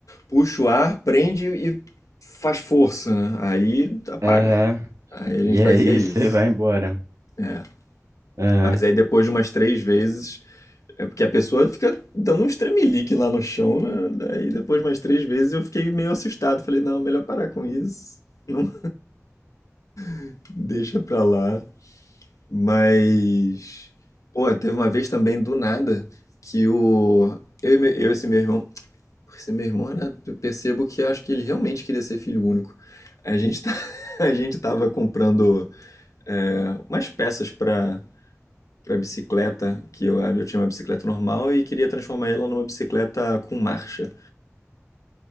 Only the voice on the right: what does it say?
Aham.
E
aí
<laughs> você vai embora.
Aham.